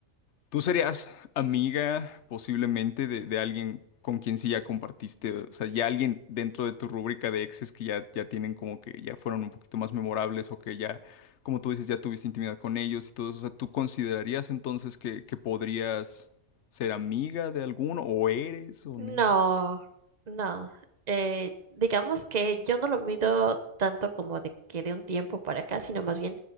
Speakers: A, on the left; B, on the right.
A: ¿Tú serías amiga posiblemente de, de alguien con quien sí ya compartiste? O sea, ya alguien dentro de tu rúbrica de exes que ya, ya tienen como que ya fueron un poquito más memorables o que ya, como tú dices, ya tuviste intimidad con ellos y todo eso. O sea, ¿tú considerarías entonces que, que podrías ser amiga de alguno o eres o
B: No,
A: ne-
B: no. Eh, digamos que yo no lo mido tanto como de que de un tiempo para acá, sino más bien